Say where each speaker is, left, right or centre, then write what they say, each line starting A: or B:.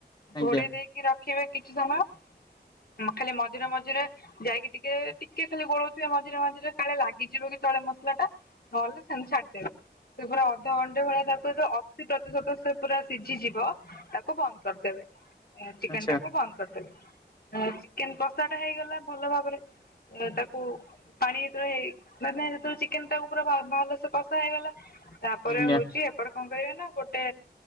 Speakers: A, on the left (about 60°); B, on the left (about 25°).
A: ଘୋଡେଇ
B: ଆଜ୍ଞା
A: ଦେଇକି ରଖିବେ କିଛି ସମୟ ଖାଲି ମଝିରେ ମଝିରେ ଯାଇକି ଟିକେ ଟିକେ ଖାଲି ଗୋଳଉଥିବେ ମଝିରେ ମଝିରେ କାଳେ ଲାଗିଯିବ କି ତଳେ ମସଲା ଟା ନ ହେଲେ ସେମିତି ଛାଡ଼ିଦେବେ। ସେ ପୁରା ଅଧଘ ଘଣ୍ଟେ ଭଳିଆ ତାକୁ ଅଶୀ ପ୍ରତିଶତ ସେ ପୁରା ସିଝିଯିବ ତାକୁ ବନ୍ଦ କରିଦେବେ ଚିକେନ
B: ଆଚ୍ଛା
A: ଟାକୁ ବନ୍ଦ କରିଦେବେ ଏ ଚିକେନ କଷା ଟା ହେଇଗଲା ଭଲ ଭାବରେ ତାକୁ ପାଣିରେ ଇ ମାନେ ଯେେବେଳେ ଚିକେନ ଟାକୁ ପା ଭଲ ସେେ କଷା ହେଇଗଲା ତାପରେ
B: ଆଜ୍ଞା
A: ହଉଛି ଏପଟ କଣ କରିବେନା ଗୋଟେ